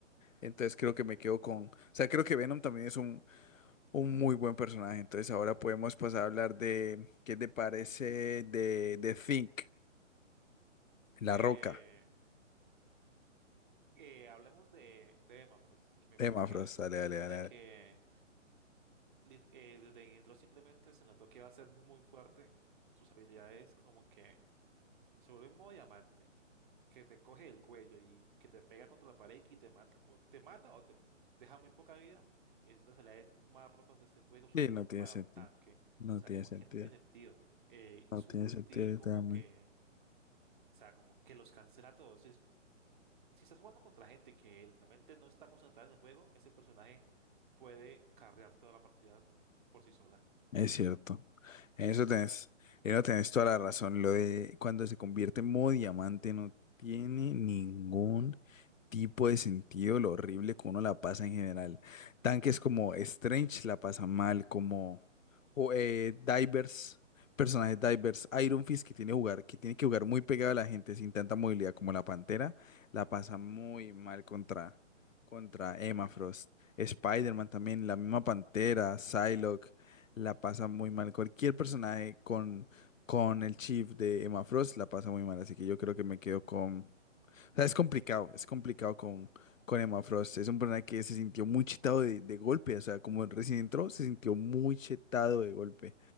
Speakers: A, on the left; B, on the right.
A: Entonces creo que me quedo con, o sea, creo que Venom también es un muy buen personaje. Entonces ahora podemos pasar a hablar de qué te parece de, de Think, La
B: Eh,
A: Roca.
B: que hablemos de, de Emma Frost, que me
A: Emma
B: parece que
A: Frost,
B: un
A: dale, dale,
B: personaje
A: dale. dale.
B: que li- eh, desde que entró simplemente se notó que va a ser muy fuerte. Sus habilidades como que se vuelve modo diamante. que te coge el cuello y que te pega contra la pared y que te mata o te mata o te deja muy poca vida, es de las habilidades más rotas de este juego siendo
A: Sí, no tiene
B: para
A: sentido.
B: un tanque.
A: No
B: O sea,
A: tiene
B: como
A: sentido.
B: que no tiene sentido. Eh, y
A: No
B: su
A: tiene
B: ulti
A: sentido, literalmente.
B: como que, o sea, como que los cancela a todos. Si, si estás jugando contra gente que realmente no está concentrada en el juego, ese personaje puede carrear toda la partida por sí sola.
A: Es cierto. En eso tenés, en eso tenés toda la razón. Lo de cuando se convierte en modo diamante no tiene ningún tipo de sentido lo horrible que uno la pasa en general. Tanques como Strange la pasan mal, como jo- eh, Divers, personajes Divers, Iron Fist que tiene, jugar, que tiene que jugar muy pegado a la gente sin tanta movilidad como la Pantera, la pasa muy mal contra, contra Emma Frost. Spider-Man también, la misma Pantera, Psylocke la pasa muy mal. Cualquier personaje con, con el Chief de Emma Frost la pasa muy mal. Así que yo creo que me quedo con. O sea, es complicado, es complicado con, con Emma Frost. Es un personaje que se sintió muy chetado de, de golpe. O sea, como recién entró, se sintió muy chetado de golpe.